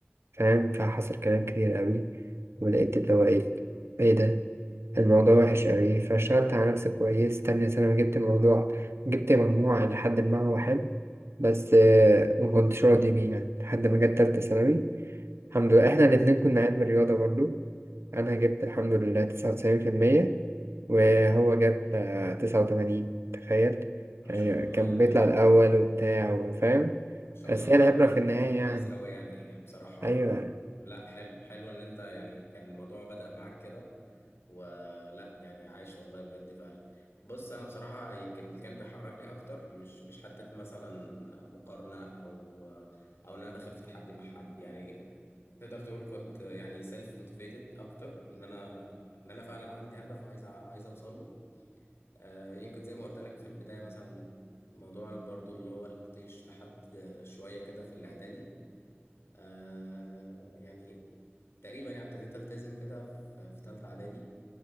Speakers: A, on the right (about 85°); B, on the left (about 85°).
A: فاهم فحصل كلام كتير قوي ولقيت اللي هو ايه ايه ده الموضوع وحش قوي فاشتغلت على نفسي كويس تانية ثانوي جبت الموضوع جبت مجموع إلى حد ما هو حلو بس آه، ما كنتش راضي بيه يعني لحد ما جت تالتة ثانوي الحمد لله احنا الاتنين كنا علم رياضة برضو أنا جبت الحمد لله تسعة وتسعين في المية وهو جاب آه، تسعة وتمانين تخيل
B: ما
A: يعني
B: شاء الله
A: كان
B: يعني
A: بيطلع الأول وبتاع وفاهم
B: ما شاء
A: بس
B: الله ده
A: هي العبرة
B: رقم
A: في النهاية
B: رقم كويس
A: يعني
B: قوي يعني بصراحة
A: أيوة
B: لا حلو حلو ان انت يعني كان الموضوع بدأ معاك كده ولا يعني عايش والله بجد فعلا بص انا بصراحة يمكن اللي كان بيحركني اكتر مش مش حتة مثلا مقارنة او او ان انا داخل في تحدي مع حد يعني تقدر تقول كنت يعني سيلف موتيفيتد اكتر ان انا ان انا فعلا عندي هدف وعايز أ- عايز اوصل له آه، يمكن زي ما قلت لك في البداية مثلا موضوع برضو اللي هو الطيش لحد شوية كده في الإعدادي آه، يعني تقريبا يعني ابتديت ألتزم كده في في تالتة إعدادي